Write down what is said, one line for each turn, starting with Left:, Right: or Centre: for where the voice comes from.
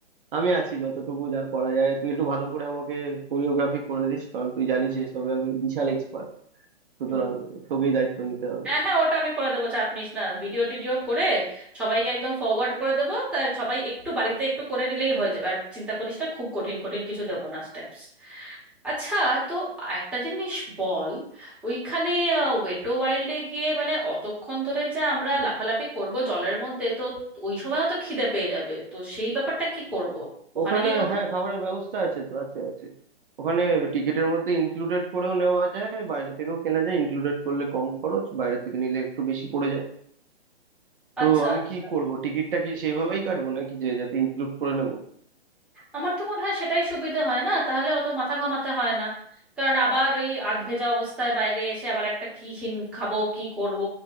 Right: আমি আছি যতটুকু যা করা যায় তুই একটু ভালো করে আমাকে কোরিওগ্রাফি করে দিস কারণ তুই জানিস এসবে আমি বিশাল এক্সপার্ট সুতরাং
Centre: হুম।
Right: তোকেই দায়িত্ব নিতে হবে
Centre: হ্যাঁ হ্যাঁ ওটা আমি করে দেবো চাপ নিস না ভিডিও টিডিও করে সবাইকে একদম ফরওয়ার্ড করে দেবো তাই সবাই একটু বাড়িতে একটু করে নিলেই হয়ে যাবে আর চিন্তা করিস না খুব কঠিন কঠিন কিছু দেবো না স্টেপস আচ্ছা তো একটা জিনিস বল ওইখানে ওয়েটো ওয়াইল্ডে গিয়ে মানে অতক্ষণ ধরে যে আমরা লাফালাফি করব জলের মধ্যে তো ওই সময়ও তো খিদে পেয়ে যাবে তো সেই ব্যাপারটা কি করব ওখানে
Right: ওখানে
Centre: কি কোনো
Right: হ্যাঁ খাবারের ব্যবস্থা আছে তো আছে আছে ওখানে টিকিটের মধ্যে ইনক্লুডেড করেও নেওয়া যায় বাইরে থেকেও কেনা যায় ইনক্লুডেড করলে কম খরচ বাইরে থেকে নিলে একটু বেশি পড়ে যায় তো
Centre: আচ্ছা
Right: আমি
Centre: আচ্ছা
Right: কি করব টিকিটটা কি সেইভাবেই কাটবো নাকি যে যাতে ইনক্লুড করে নেব
Centre: আমার তো মনে হয় সেটাই সুবিধে হয় না তাহলে অত মাথা ঘামাতে হয় না কারণ আবার ওই আধভেজা অবস্থায় বাইরে এসে আবার একটা কি খিন খাবো কি করব